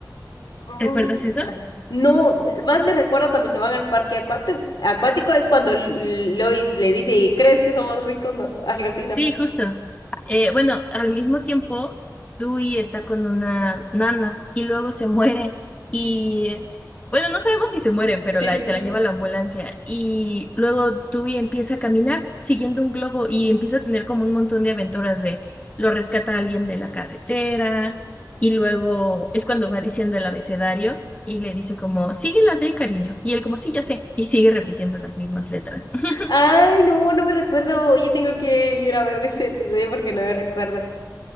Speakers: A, on the left; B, on the left.
A: Mm,
B: ¿Recuerdas eso?
A: Ajá. No, n- más me recuerdo cuando se van al parque acuático, acuático es cuando L- Lois le dice, ¿crees que somos ricos? No, <laughs> algo así, ¿no?
B: Sí, justo. Eh, bueno, al mismo tiempo, Dewey está con una nana y luego se muere. Y bueno, no sabemos si se muere, pero
A: Sí,
B: la- se
A: sí. sí.
B: la lleva a la ambulancia. Y luego Dewey empieza a caminar siguiendo un globo y empieza a tener como un montón de aventuras de lo rescata alguien de la carretera. Y luego es cuando va diciendo el abecedario y le dice como, sigue la D, cariño. Y él como, sí, ya sé. Y sigue repitiendo las mismas letras. <laughs>
A: Ay, no, no me recuerdo. Oye, tengo que ir a ver ese episodio porque no me recuerdo.